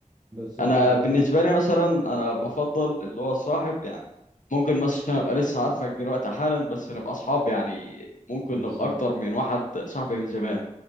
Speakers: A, on the right; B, on the left.
A: بالظبط
B: أنا
A: لا
B: بالنسبة لي مثلا أنا بفضل اللي هو صاحب يعني ممكن مثلا أبقى لسه عارفك دلوقتي حالا بس نبقى أصحاب يعني ممكن
A: بالظبط
B: نبقى أكتر من واحد صاحبي من زمان